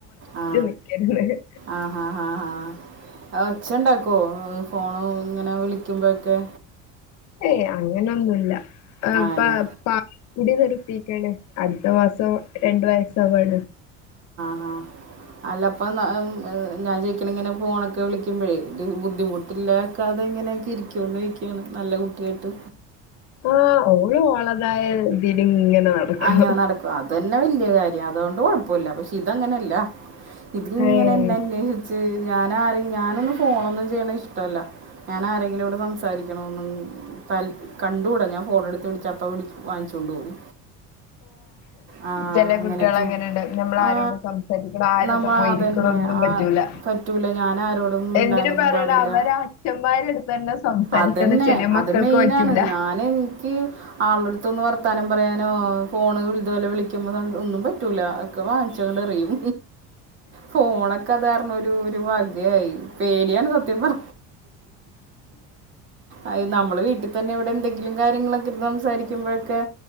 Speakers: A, on the right; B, on the left.
A: ആ
B: നിക്കേര്ന്ന്
A: ആ ആ ആ ആ അത് ഒച്ചയൊണ്ടാ ഫോണ് ഇങ്ങനെ വിളിക്കുമ്പോക്കെ
B: ഏയ് അങ്ങനൊന്നുവില്ല
A: ആണല്ലേ
B: പ പ പ കുടി നിർത്തിക്കാണ് അടുത്ത മാസം രണ്ട് വയസാവാണ്
A: ആ അല്ലപ്പം ഉം ഞാൻ ചോദി ഇങ്ങനെ ഫോണൊക്കെ വിളിക്കുമ്പഴേ ഇ ബുദ്ധിമുട്ടിലാക്കാതെ ഇങ്ങനെയൊക്കെ ഇരിക്കുവോന്ന് ചോദിക്കയാണ് നല്ല കുട്ടിയായിട്ട്
B: ആ ഓളു ഓളതായ <unintelligible> നടക്കും.
A: അങ്ങനെ നടക്കും അത് തന്നെ വല്യ കാര്യം അതോണ്ട് അതുകൊണ്ട് കുഴപ്പമില്ല പക്ഷെ ഇതങ്ങനല്ല- ഇത് ഇങ്ങനെ
B: ഏഹ്
A: എന്നെ അന്വേഷിച്ച് ഞാൻ ആരെയും ഞാനൊന്നും ഫോണൊന്നും ചെയ്യണ ഇഷ്ടവല്ല. ഞാൻ ആരെങ്കിലോടും സംസാരിക്കണോന്നൊന്നും താല്പ കണ്ടൂട ഞാൻ ഫോണ് എടുത്ത് പിടിച്ച അപ്പം വിടിച്ച് വാങ്ങിച്ചോണ്ട് പോകും ആ
B: ചെല
A: അങ്ങനെയൊക്കെയാണ്
B: കുട്ടികൾ അങ്ങനെയുണ്ട് നമ്മൾ
A: ആ
B: ആരോട് സംസാരിക്കണം ആരൊക്കെ
A: നമ്മൾ
B: പോയിരിക്കണം
A: അതന്നെ
B: ഒന്നും
A: ആ
B: പറ്റൂല
A: പറ്റൂല ഞാൻ ആരോടും മിണ്ടാനൊന്നും
B: എന്തിനു പറയണം
A: പാടില്ല
B: അവര് അച്ഛന്മാരടുത്ത് തന്നെ സംസാരിക്കണ
A: അതന്നെ
B: ചെല മക്കൾക്ക്
A: അത് മെയിനാണ്
B: പറ്റൂല
A: ഞാൻ എനിക്ക് ആളുടെ അടുത്തൊന്ന് വർത്താനം പറയാനോ ഫോണ് ഇതുപോലെ വിളിക്കുമ്പോ ഒന്നും പറ്റൂല വാങ്ങിച്ചങ്ങട് എറിയും ഫോണൊക്കെ അത് കാരണം ഒരു ഒരു വകയായി പേടിയാണ് സത്യം പറ അത് നമ്മള് വീട്ടിൽ പിന്നെ ഇവിടെ എന്തെങ്കിലും കാര്യങ്ങളൊക്കെ സംസാരിക്കുമ്പോഴൊക്കെ